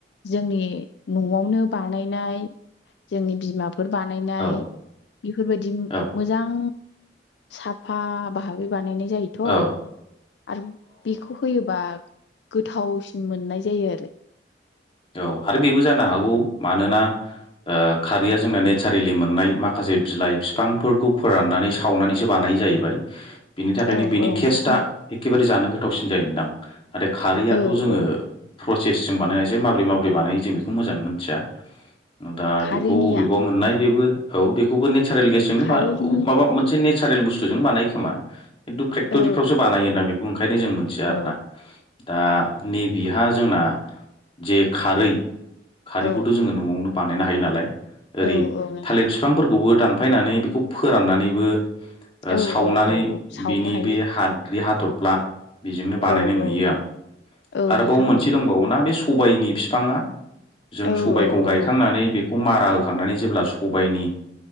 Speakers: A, on the left (about 70°); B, on the left (about 30°).
A: जोंनि न'आवनो बानायनाय जोंनि बिमा फोर बानायनाय
B: औ
A: बेफोरबायदि
B: औ
A: मोजां साफा बाहाबै बानायनाय जायोथ
B: औ अ
A: आरो बेखौहोयोबा। गोथावसिन मोननाय जायो आरो
B: औ आरो बेबो जानो हागौ मानोना ओ खारैया जोंना नेचारेलि मोननाय माखासे बिलाइ बिफांफोरखौ फोराननानै सावनानैसो बानाय। जाहैबाय। बिनि थाखायनो
A: औ
B: बिनि
A: औ
B: टेस्टआ
A: नोंथां औ
B: एखेबारे जानो गोथावसिन जायोनदां नाथाय खारैयाथ'
A: औ
B: जोङो।
A: औ
B: प्रसेस जों बानायनायसो माबोरै माबोरै बानायो जों बेखौ मोजां मोनथिया। दा
A: खारैनिया
B: बेखौ अबेबाव मोननाय बेबो औ बेखौबो नेचारेल गेसजोंनो
A: खारैनि
B: माबा मोनसे ने सारेल बुस्थुजों बानायो खोमा। खिन्थु फेक्ट'रिफ्रावसो
A: औ
B: बानायोदां बेखौ ओंखायनो जों मोनथिया
A: औ
B: आरो ना। दा नैबेहा जोंना जे खारै खारैखौथ'
A: औ
B: जोङो न'आवनो। बानायनो हायो नालाय ओरै
A: औ औ नोंथां
B: थालिर बिफांफोरखौबो दानफायनानै बेखौ फोराननानैबो ओ
A: औ
B: सावनानै
A: औ औ औ सावनो
B: बिनि
A: हायो
B: बे हाद्रि हाथरफ्ला बेजोंनो बानायनाय
A: औ
B: नुयो
A: औ
B: आं
A: औ
B: आरोबाव
A: नोंथां
B: मोनसे
A: औ
B: दंबावोना बेस सबायनि बिफाङा जों
A: औ
B: सबायखौ
A: औ
B: गायखांनानै
A: औ
B: बेखौ मारा हो खांनानै जेब्ला सबायनि